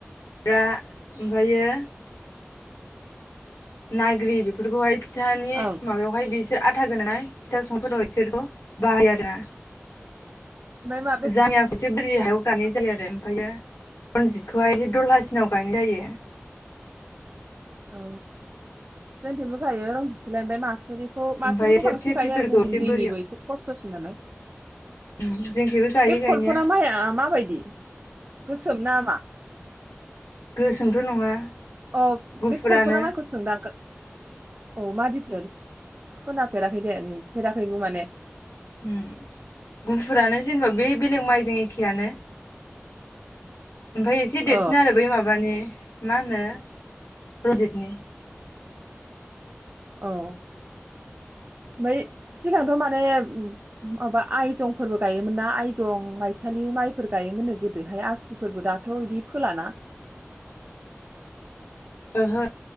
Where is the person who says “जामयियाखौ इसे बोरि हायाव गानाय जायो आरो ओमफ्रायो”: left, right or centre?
Left